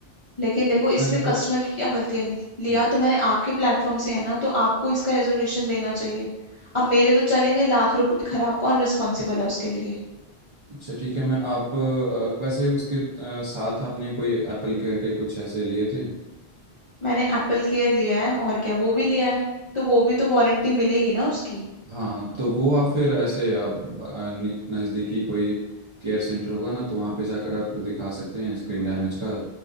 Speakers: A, on the left; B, on the right.
A: लेकिन देखो इसमें
B: मैं तो
A: कस्टमर की क्या गलती है लि- लिया
B: हाँ।
A: तो मैंने आपके प्लेटफॉर्म से है ना तो आपको इसका रेजोल्यूशन देना चाहिए अब मेरे तो चले गए लाख रुपए खराब कौन रिस्पॉन्सिबल है उसके लिए
B: अच्छा ठीक है मैं आप आ, वैसे उसके आ, साथ आपने कोई एप्पल केयर के कुछ ऐसे लिए थे
A: मैंने एप्पल केयर लिया है और क्या वो भी लिया है तो वो भी तो वारंटी मिलेगी ना उसकी
B: हाँ तो वो आप फिर ऐसे आप आ, नि- नज़दीकी कोई केयर सेंटर होगा ना तो वहाँ पे जाकर आप दिखा सकते हैं स्क्रीन डैमेज का